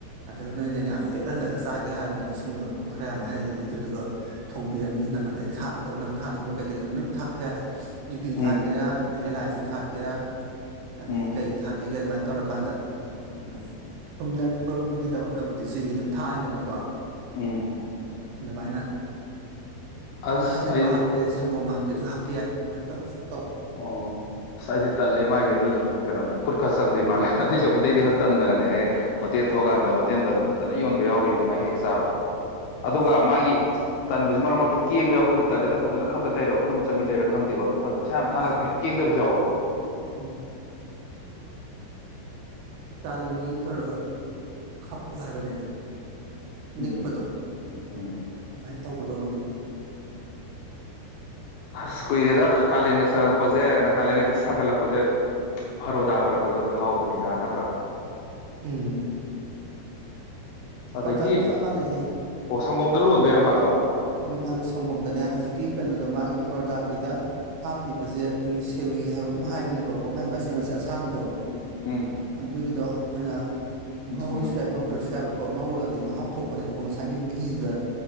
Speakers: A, on the right (about 70°); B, on the left (about 75°).
A: ꯑꯗꯨ ꯅꯣꯏꯅ ꯌꯥꯝ ꯄꯦꯠꯍꯜꯂꯒ ꯆꯥꯒꯦ ꯍꯥꯏꯔꯒꯅ ꯏꯁꯤꯡꯗꯣ ꯑꯗꯨꯝ ꯈꯔ ꯌꯥꯝꯅ ꯍꯩꯔꯅꯤ ꯑꯗꯨꯗꯨꯒ ꯊꯣꯡꯕꯤꯔꯅꯤ ꯅꯪ ꯑꯇꯩ ꯊꯥꯛꯀꯗꯧꯕ ꯅꯪ ꯊꯥꯛꯅꯤꯡꯕ ꯀꯩꯀꯩꯣ ꯂꯣꯏ ꯊꯥꯛ ꯌꯥꯔꯦ ꯌꯨꯕꯤ
B: ꯎꯝ
A: ꯊꯥꯛꯀꯦꯔꯥ ꯑꯗꯩ ꯑꯦꯂꯥꯏꯖꯤ ꯊꯥꯛꯀꯦꯔꯥ ꯑꯗꯒꯤ
B: ꯎꯝ
A: ꯀꯩ ꯊꯥꯛ ꯀꯩꯀꯩ ꯑꯗꯨꯃꯥꯏꯅ ꯇꯧꯔꯀꯥꯟꯗ ꯎꯝ ꯊꯨꯝꯅꯕꯒꯤꯗꯃꯛꯇꯕꯨꯗꯤ ꯆꯤꯅꯤ ꯑꯗꯨꯝ ꯊꯥꯅꯤꯗꯅꯀꯣ
B: ꯎꯝ
A: ꯑꯗꯨꯃꯥꯏꯅ
B: ꯑꯁ
A: ꯅꯪꯅ ꯍꯥꯞꯅꯤꯡꯕ
B: ꯑꯩ
A: ꯍꯥꯞꯄ ꯌꯥꯏ ꯁꯪꯒꯣꯝ ꯍꯥꯞꯄ ꯀꯁꯨꯣ ꯍꯥꯞ ꯄꯤ ꯌꯥꯏ ꯑꯗꯨꯃꯥꯏꯅ ꯇꯧꯕꯁꯦ
B: ꯑꯣ ꯁꯁ ꯍꯥꯏꯗꯤ ꯇꯜꯂꯦ ꯃꯥꯒꯤ ꯑꯗꯨꯗ ꯍꯥꯏꯦ ꯀꯩꯅꯣ ꯈꯨꯠꯈꯥꯁ ꯆꯝꯗꯦ ꯃꯥꯂꯦ ꯑꯇꯩ ꯆ ꯎꯗꯩꯗꯤ ꯍ ꯇꯗꯅꯅꯦ ꯍꯦ ꯇꯦꯟ ꯊꯣꯛꯀꯥꯟꯗ ꯍꯣꯇꯦꯟꯗ ꯑꯗꯨꯝ ꯐꯖꯅ ꯌꯣꯟꯕ ꯌꯥꯎꯔꯤ ꯑꯗꯨꯃꯥꯏ ꯍꯦꯛ ꯑꯦꯁꯕ
A: ꯎꯝ
B: ꯑꯗꯨꯒ ꯃꯥꯒꯤ ꯇꯟꯕꯁꯤ ꯃꯔꯛꯇ ꯀꯦꯡꯕ ꯌꯥꯎꯄꯗꯨꯗꯤ ꯇꯂꯦ ꯐꯖꯅ ꯈꯞꯇ ꯇꯩꯔ ꯎꯐꯟ ꯆꯪꯉ ꯇꯩꯔꯥ ꯈꯪꯗꯦꯣꯗꯤ ꯃꯁꯥ ꯌꯥꯝ ꯅꯥꯜꯂꯒ
A: ꯃꯥꯅꯤ
B: ꯀꯔꯤꯝ ꯌꯦꯡꯗꯕꯁꯨ ꯌꯥꯎꯋꯦ
A: ꯎꯝ ꯆꯥꯂꯨꯅꯤ ꯑꯃ ꯇꯧꯔꯒ ꯈꯞꯄꯣ ꯍꯥꯏꯕꯅꯤꯅ
B: ꯎꯝ
A: ꯅꯤꯛꯄꯗꯣ
B: ꯎꯝ
A: ꯑꯗꯨꯃꯥꯏꯅ ꯇꯧꯒꯗꯧꯕꯅꯤꯅ
B: ꯑ ꯀꯨꯏꯔꯦꯗ ꯀꯥꯂꯦꯟꯒ ꯆꯪꯉꯛꯄꯁꯦ ꯀꯥꯂꯦꯟꯒꯗꯤ ꯁꯥꯒꯠꯂꯛꯄꯁꯦ ꯐꯔꯣꯗꯥ ꯐꯔꯛꯄꯗ ꯍꯥꯎꯕꯅꯤꯗ ꯅꯠꯇ꯭ꯔꯥ
A: ꯎꯝ
B: ꯑꯗꯒꯤ
A: ꯑꯣꯖꯥꯖꯁ ꯑꯃꯥꯅꯌꯦ
B: ꯑꯣ ꯁꯪꯒꯣꯝꯗ ꯂꯣꯟꯗꯣꯏꯔꯥ ꯃꯥꯁꯨꯣ
A: ꯎꯝ ꯃꯥꯗ ꯁꯪꯒꯣꯝꯗꯅꯦ ꯍꯧꯖꯤꯛꯀꯤ ꯀꯩꯅꯣꯗꯣ ꯃꯥꯒꯤ ꯐꯔꯣꯗꯥꯒꯤꯗ ꯍꯥꯞꯄꯤꯕꯁꯦ ꯑꯩꯈꯣꯏꯒꯤ ꯁꯦꯋꯤ ꯍꯥꯏꯕ ꯍꯥꯏꯕꯅꯦꯕꯀꯣ ꯃꯥꯒꯤ ꯃꯆꯦꯠ ꯃꯆꯦ ꯑꯁꯥꯡꯕꯗꯣ
B: ꯎꯝ ꯎꯝ
A: ꯑꯗꯨꯒꯤꯗꯣ ꯑꯩꯈꯣꯏꯅ ꯉꯧꯔꯁꯤ
B: ꯎꯝ
A: ꯉꯧꯗꯁꯤ ꯍꯥꯏꯕ ꯀꯣ ꯉꯧꯔꯒꯗꯤ ꯃꯍꯥꯎ ꯊꯣꯛꯄꯅꯦꯕꯀꯣ ꯉꯁꯥꯏꯒꯤ ꯘꯗ